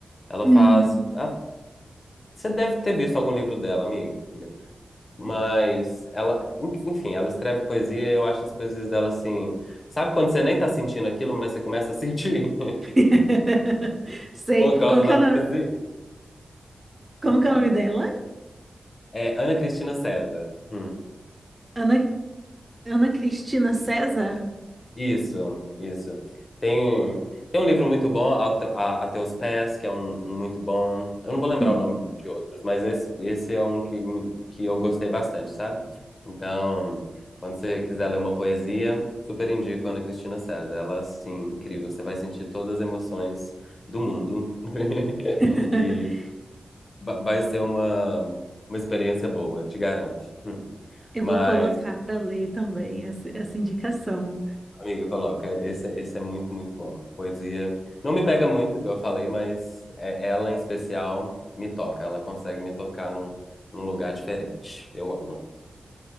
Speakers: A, on the left; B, on the right.
A: Ela
B: Hum.
A: faz. ah, Você deve ter visto algum livro dela, amigo. Mas ela, enfim, ela escreve poesia e eu acho as poesias dela assim. Sabe quando você nem tá sentindo aquilo, mas você começa a sentir
B: <laughs>
A: <laughs>
B: Sei,
A: por causa
B: como que
A: da
B: é o nome,
A: poesia?
B: como que é o nome dela?
A: É Ana Cristina César. Hum.
B: Ana Ana Cristina César?
A: Isso, isso. Tem, tem um livro muito bom, A, A, A Teus Pés, que é um, um muito bom. Eu não vou lembrar
B: Uhum.
A: o nome de outros, mas esse, esse é um que, me- que eu gostei bastante, sabe? Então, quando você quiser ler uma poesia, super indico Ana Cristina César. Ela, assim, incrível. Você vai sentir todas as emoções do mundo <laughs>
B: <laughs>
A: e va- vai ser uma, uma experiência boa, te garanto. Hum.
B: Eu
A: Mas.
B: vou colocar para ler também essa, essa indicação.
A: Amiga, coloca. Esse, é, esse é muito, muito bom. Poesia. Não me pega muito, igual eu falei, mas é- ela em especial me toca. Ela consegue me tocar num, num lugar diferente. Eu amo.